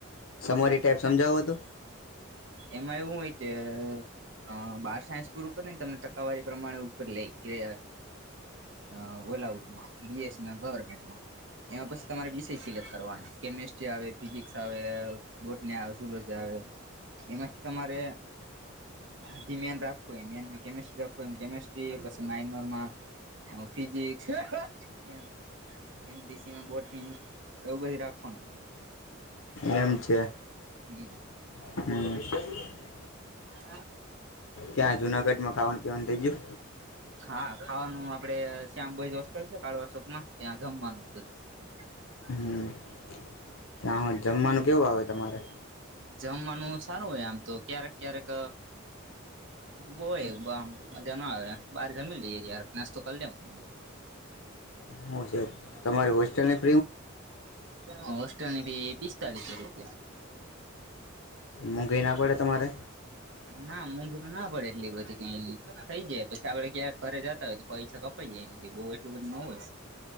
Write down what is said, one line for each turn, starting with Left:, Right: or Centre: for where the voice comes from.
Left: સમોરી ટાઈપ સમજાવો તો
Right: એમાં એવું હોય કે અ બાર સાયન્સ પૂરું કરીને તમને ટકાવારી પ્રમાણે ઉપર લે કે અ ઓલાઉમા બીએસમાં ગવર્મેન્ટમાં એમાં પછી તમારે બી <unintelligible> સિલેક્ટ કરવાનુ કેમેસ્ટ્રી આવે ફિઝિક્સ આવે બોટની સલોજી આવે એમાંથી તમારે હ મેન રાખું મેનમા કેમેસ્ટ રાખવુ કેમસ્ટ્રી પછી માઇનોર માં અ ફિઝિક્સ એમ એમ બીસીમાં બોટની એવું બધી રાખવાનું
Left: એમ છે.
Right: <unintelligible>
Left: હમ.
Right: હા.
Left: ક્યાં જુનાગઢમાં ખાવાનું પીવાનું થઈ ગયુ?
Right: હા ખાવાનું આપડે શ્યામ બોઈજ હોસ્ટેલ છે, કાળવા ચોકમાં ત્યાં જમવાનું બ હા.
Left: હમ ત્યાં હું જમવાનું કેવું આવે તમારે?
Right: જમવાનું સારું હોય આમ તો ક્યારેક ક્યારેક હોય આમ મજા ન આવે બહાર જમી લઈએ યાર નાસ્તો કરી લેવાનુ
Left: હું છે, તમારી હોસ્ટેલ ની
Right: હોસ્ટેલની ફી પિસ્તાલીસો રૂપિયા
Left: મોંઘી ના પડે તમારે?
Right: ના મોંઘી તો ના પડે એટલી બધી કઈ થઈ જાય પછી આપડે ક્યાંક ઘરે જતા હોય તો પૈસા કપાઈ જાય બો એટલું બધું ન હોય